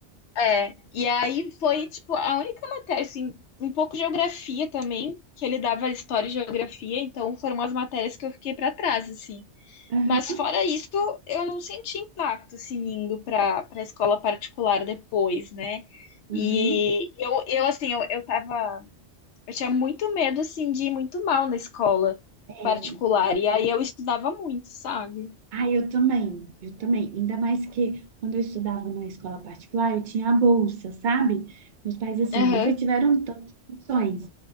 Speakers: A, on the left; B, on the right.
A: é. E aí foi, tipo, a única matéria, assim, um pouco de geografia também, que ele dava história e geografia, então foram as matérias que eu fiquei pra trás, assim.
B: Aham,
A: Mas fora isso, eu não senti impacto assim indo para para a escola particular depois, né? E
B: aham.
A: eu, eu assim, eu, eu tava, eu tinha muito medo assim de ir muito mal na escola
B: É.
A: particular e aí eu estudava muito, sabe?
B: Ai, eu também, eu também. Ainda mais que quando eu estudava na escola particular, eu tinha a bolsa, sabe? Meus pais, assim,
A: Aham.
B: nunca tiveram tantas opções.